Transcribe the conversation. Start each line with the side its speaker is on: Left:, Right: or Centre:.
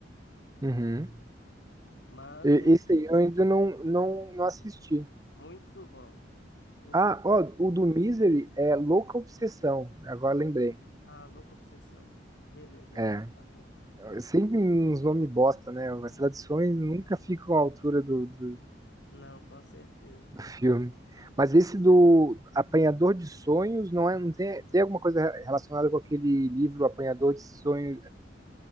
Right: uhum.
Left: Mas
Right: E-
Left: é
Right: Esse aí eu ainda não, não, não assisti.
Left: muito bom. Eu
Right: Ah, ó, o do Misery é Louca Obsessão, agora lembrei.
Left: Ah, louca obsessão. Beleza, bom
Right: É,
Left: saber.
Right: é, sempre uns nomes bosta, né? As traduções nunca ficam à altura do, do,
Left: Não, com certeza.
Right: do filme. Mas esse do Apanhador de Sonhos não é, não tem, tem alguma coisa relacionada com aquele livro Apanhador de Sonhos,